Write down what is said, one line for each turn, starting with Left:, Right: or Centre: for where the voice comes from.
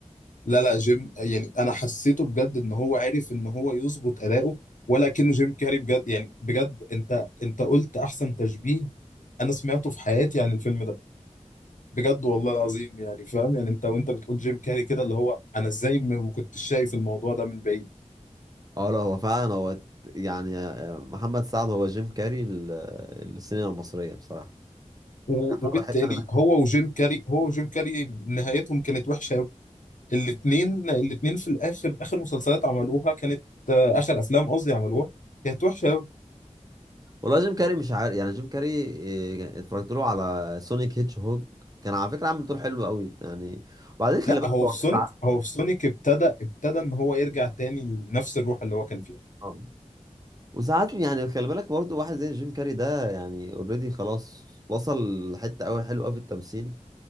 Left: لا لا جيم يعني انا حسيته بجد ان هو عرف ان هو يظبط اداؤه ولا كأنه جيم كاري بجد يعني بجد انت انت قلت احسن تشبيه انا سمعته في حياتي عن الفيلم ده بجد والله العظيم يعني فاهم يعني انت وانت بتقول جيم كاري كده اللي هو انا ازاي ما ما كنتش شايف الموضوع ده من بعيد
Right: اه لا هو فعلا هو يعني آه، محمد سعد هو جيم كاري ال- السينما المصرية بصراحة
Left: و-
Right: أنا
Left: وبالتالي
Right: بحب انا
Left: هو وجيم كاري هو وجيم كاري نهايتهم كانت وحشه قوي الاثنين الاثنين في الاخر اخر مسلسلات عملوها كانت آه، اخر افلام قصدي عملوها كانت وحشه قوي
Right: والله جيم كاري مش عارف يعني جيم كاري إيه، اتفرجت له على سونيك هيتش هوج كان على فكره عامل دور حلو قوي يعني وبعدين خلي
Left: لا
Right: بالك
Left: هو
Right: هو
Left: في سونيك
Right: ساعات
Left: هو في سونيك ابتدى ابتدى ان هو يرجع تاني لنفس الروح اللي هو كان فيها
Right: آه. وساعات يعني خلي بالك برضه واحد زي جيم كاري ده يعني اوريدي خلاص وصل لحته قوي حلوه قوي في التمثيل